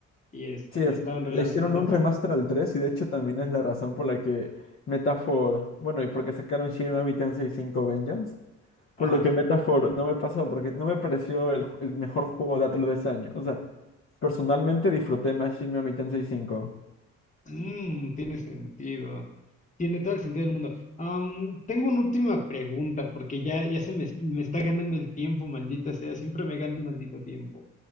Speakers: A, on the left; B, on the left.
A: y este,
B: Sí, es-
A: lo estaban relanzando
B: le hicieron un
A: para...
B: remaster al 3 y de hecho también es la razón por la que Metaphor, bueno, y porque sacaron Shin Megami Tensei 5 Vengeance, por
A: Ajá.
B: lo que Metaphor no me pasó, porque no me pareció el, ju- el mejor juego de Atlus de ese año. O sea, personalmente disfruté más Shin Megami Tensei 5.
A: Mmm, tiene sentido. Tiene todo el sentido del mundo. Am, tengo una última pregunta, porque ya, ya se me, me está ganando el tiempo, maldita sea. Siempre me gana el maldito tiempo.